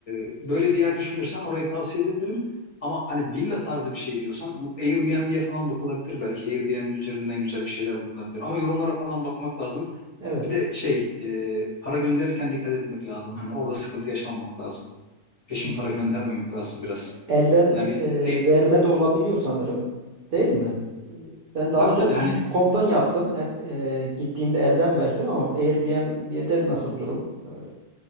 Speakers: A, on the left; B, on the right.
A: e, böyle bir yer düşünürsen orayı tavsiye edebilirim. Ama hani villa tarzı bir şey diyorsan bu Airbnb'ye falan bakılabilir belki. Airbnb üzerinden güzel bir şeyler bulunabilir. Ama yorumlara falan bakmak lazım.
B: Evet.
A: Bir de şey e, para gönderirken dikkat etmek lazım. Hani orada sıkıntı yaşamamak lazım. Peşin
B: Hı.
A: para <laughs> göndermemek lazım biraz.
B: Elden
A: Yani bir
B: e,
A: te-
B: verme de olabiliyor sanırım, değil mi? E, Ben daha
A: tabii
B: önce
A: tabii
B: Booking.com'dan
A: hani
B: yaptım. Hep e, gittiğimde elden verdim ama Airbnb'de nasıl durum? E,